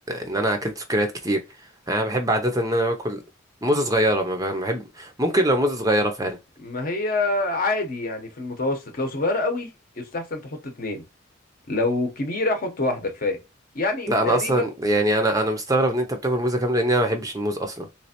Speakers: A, on the right; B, on the left.
A: إن أنا أكلت سكريات كتير أنا بحب عادة إن أنا باكل موزة صغيرة ما بحب ممكن لو موزة صغيرة فعلا
B: ما هي عادي يعني في المتوسط لو صغيرة قوي يستحسن تحط اتنين لو كبيرة حط واحدة كفاية يعني
A: لا
B: في تقريبا
A: انا اصلا يعني انا انا مستغرب ان انت بتاكل موزه كامله لان انا ما بحبش الموز اصلا